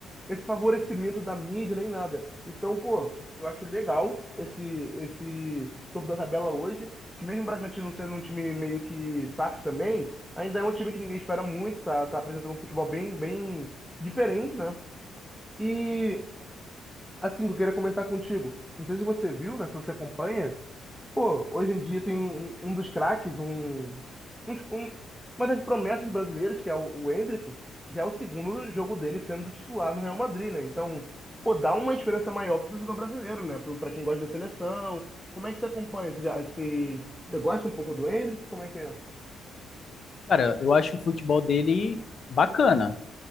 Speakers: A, in the centre; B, on the left.
A: esse favorecimento da mídia nem nada. Então, pô, eu acho legal esse esse topo da tabela hoje, que mesmo o Bragantino sendo um time meio que saf também, ainda é um time que ninguém espera muito, tá, tá apresentando um futebol bem bem diferente, né? E assim, eu queria comentar contigo. Não sei se você viu, né, se você acompanha, Pô, hoje em dia tem um, um um dos craques, um, um um- uma das promessas brasileiras, que é o, o Endrick, já é o segundo jogo dele sendo titular no Real Madrid, né? Então, pô, dá uma esperança maior pro torcedor brasileiro, né? Pro- Pra quem gosta da seleção. Como é que você acompanha? Você, já, você, você gosta um pouco do Endrick? Como é que é?
B: Cara, eu acho o futebol dele bacana.